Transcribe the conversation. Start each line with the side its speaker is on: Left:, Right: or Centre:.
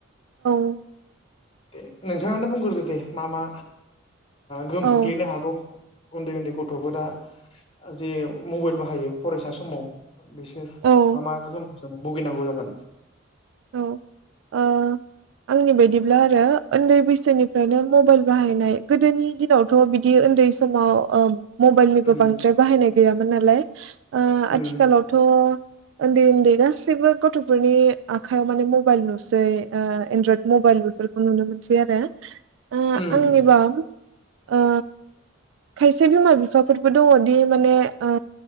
Right: <inaudible>
Left: दे नोंथाङानो बुंग्रोदो दे मा मा। गोहोम
Right: औ
Left: खोख्लैनो हागौ। उन्दै उन्दै गथ'फोरा जे मबाइल बाहायो फरायसा समाव। बिसोर
Right: औ
Left: मा मा गोहोम भुगिनांगौ जागोन।
Right: औ ओ आंनि ओ बायदिब्ला आरो उन्दै बैसोनिफ्रायनो मबाइल बाहायनाय गोदोनि दिनावथ' बिदि उन्दै समाव ओ मबाइलनिबो
Left: उम
Right: बांद्राय बाहायनाय गैयामोन नालाय। ओ
Left: उम
Right: आथिखालावथ' उन्दै उन्दै गासैबो गथ'फोरनि आखाइयाव माने मबाइल नुसै एनड्रयड मबाइल बेफोरखौ नुनो मोनसै आरो आ
Left: उम
Right: आंनि बा ओ खायसे बिमा बिफाफोरबो दङदि माने ओ